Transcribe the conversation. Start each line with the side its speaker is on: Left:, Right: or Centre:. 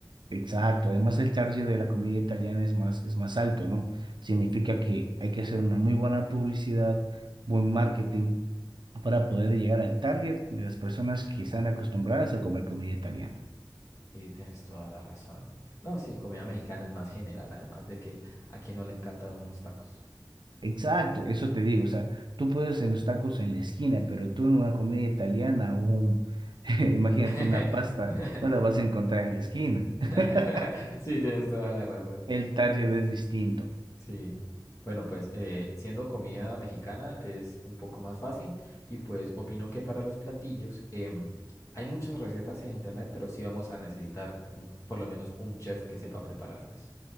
Right: Exacto, además el target de la comida italiana es más, es más alto, ¿no? Significa que hay que hacer una muy buena publicidad, buen marketing para poder llegar al target de las personas que están acostumbradas a comer comida italiana.
Left: Sí, tienes toda la razón. No, sí, comida mexicana es más general, además de que a quien no le encantan unos tacos.
Right: Exacto, eso te digo, o sea, tú puedes en los tacos en la esquina, pero tú en una comida italiana o un, <laughs> imagínate
Left: <laughs>
Right: una pasta, no la vas a encontrar en la esquina.
Left: <laughs>
Right: <laughs>
Left: Sí, tienes toda la razón.
Right: El target es distinto.
Left: Sí, bueno, pues eh, siendo comida mexicana es un poco más fácil y pues opino que para los platillos em, hay muchas recetas en internet, pero sí vamos a necesitar un, por lo menos un chef que sepa prepararlas.